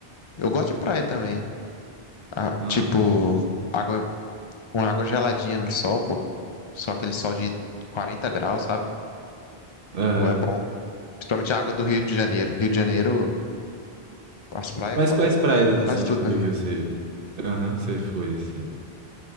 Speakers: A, on the left; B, on the right.
A: Eu gosto de praia também. Ah,
B: Ah,
A: tipo, água, uma água geladinha no sol, pô. Só aquele sol de 40 graus, sabe?
B: aham.
A: Pô, é bom. Principalmente a água do Rio de Janeiro. Rio de Janeiro, as praias,
B: Mas
A: co-
B: quais praias, assim,
A: quase tudo,
B: tipo,
A: né?
B: do Rio você... Aham, você foi, assim,